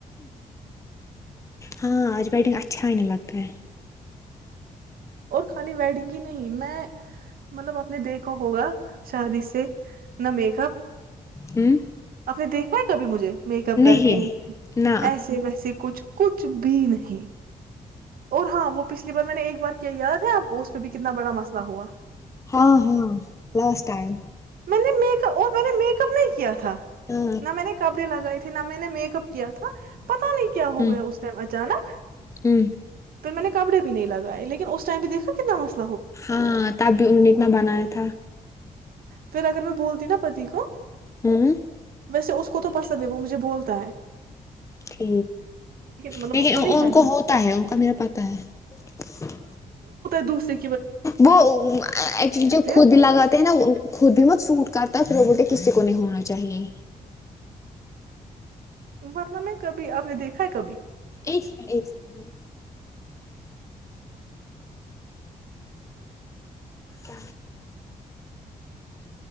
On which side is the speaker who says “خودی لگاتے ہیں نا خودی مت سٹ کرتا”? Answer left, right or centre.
Left